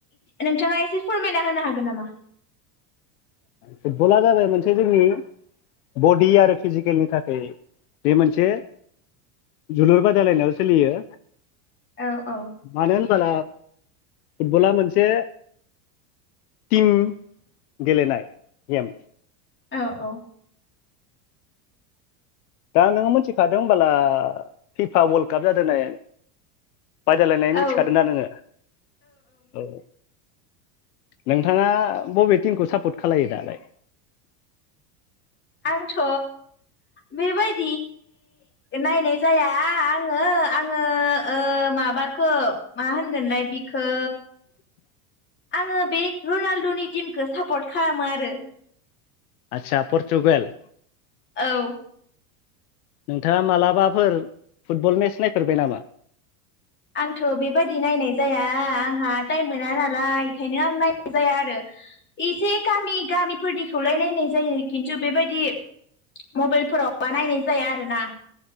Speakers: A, on the left; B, on the left.
A: नोंथाङा एसे फोरमायना होनो हागोन नामा?
B: फुटबला जाबाय मोनसे जोंनि बडि आरो फिजिकेलनि थाखाय बे मोनसे जोलुर बादायलायनायावो सोलियो
A: औ औ
B: मानो होनबाला फुटबला मोनसे टिम। गेलेनाय नेम।
A: औ औ
B: दा नोङो मिथिखादों होनबाला फिफा वर्ल्ड काप जादों ननाय। बादायलायनाय
A: औ
B: मिथिखादों ना नोङो? औ नोंथाङा। बबे टिमखौ सापर्ट खालायो दालाय?
A: आंथ' बेबायदि
B: <unintelligible>
A: नायनाय जाया आङो आङो ओ माबाखौ मा होनगोनलाय बिखौ
B: <unintelligible>
A: आङो बे रनाल्ड'नि टिमखौ सापर्ट खालामो आरो
B: आतसा परतुगाल।
A: औ
B: नोंथाङा मालाबाफोर फुटबल मेट्च नायफेरबाय नामा?
A: आंथ' बेबायादि नायनाय जाया आंहा टाइम मोना नालाय बेखायनो आं नायनाय जाया आरो एसे गामि गामिफोरनि खौलाय नाय जायो खिन्थु बेबायदि मबाइलफोरावबा नायनाय जाया आरोना।